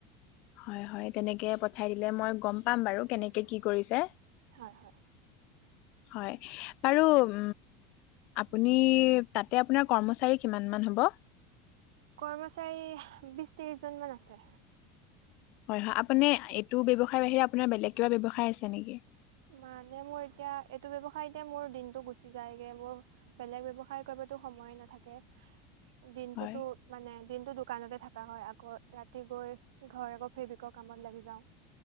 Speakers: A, on the left; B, on the right.
A: হয় হয় তেনেকে পঠাই দিলে মই গম পাম বাৰু কেনেকে কি কৰিছে?
B: হয়-হয়।
A: হয় বাৰু উম, আপুনি তাতে আপোনাৰ কৰ্মচাৰী কিমান মান হ'ব?
B: কৰ্মচাৰী বিছ ত্ৰিছজন মান আছে।
A: হয় হয় আপুনি এইটো ব্যৱসায় বাহিৰে আপোনাৰ বেলেগ কিবা ব্যৱসায় আছে নেকি
B: মানে মোৰ এতিয়া এইটো ব্যৱসায়ীতে মোৰ দিনতটো গুচি যায়গে মোৰ বেলেগ ব্যৱসায় কৰি কৰিব টো সময় নাথাকে দিনতো
A: হয়
B: মানে দিনটো দোকানতে থাকা হয় আকৌ ৰাতি গৈ ঘৰ আকৌ ফ্ৰী বিক কামত লাগি যাওঁ